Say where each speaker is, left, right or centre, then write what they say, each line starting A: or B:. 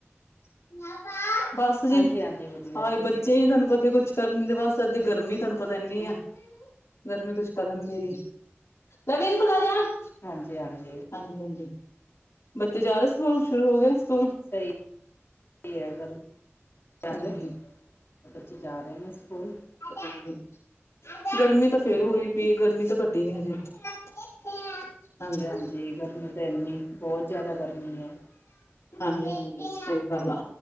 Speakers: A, on the left; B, on the left.
A: <unintelligible> ਬਸ ਜੀ
B: ਹਾਂਜੀ ਹਾਂਜੀ ਵਧੀਆ
A: ਆਏ
B: ਜੀ ਵਧੀਆ
A: ਬੱਚੇ ਹੀ ਤੁਹਾਨੂੰ ਪਤੇ ਕੁਛ ਕਰਨ ਦੇ ਬਸ ਅੱਧ ਗਰਮੀ ਤੁਹਾਨੂੰ ਪਤਾ ਇੰਨੀ ਆ ਗਰਮੀ ਕੁਛ ਕਰਨ ਦੇ ਦੀ <unintelligible>
B: ਹਾਂਜੀ-ਹਾਂਜੀ।
A: ਹਾਂਜੀ-ਹਾਂਜੀ, ਬੱਚੇ ਜਾ ਰਹੇ ਸਕੂਲ ਸ਼ੁਰੂ ਹੋ ਗਏ ਸਕੂਲ?
B: ਸਹੀ <unintelligible>
A: ਹਾਂਜੀ
B: ਬੱਚੇ ਜਾ ਰਹੇ ਨੇ ਸਕੂਲ?
A: <unintelligible> ਗਰਮੀ
B: ਹਾਂਜੀ
A: ਤੇ ਫੇਰ ਹੋ ਗਈ। ਵੀ ਗਰਮੀ ਤੇ ਘੱਟੀ ਨੀ ਹਜੇ <unintelligible> ਹਾਂਜੀ <unintelligible>
B: ਹਾਂਜੀ ਗਰਮੀ ਤਾਂ ਇੰਨੀ ਬਹੁਤ ਜ਼ਿਆਦਾ ਗਰਮੀ ਹੈ
A: ਹਾਂਜੀ-ਹਾਂਜੀ, ਸਹੀ ਗੱਲ ਆ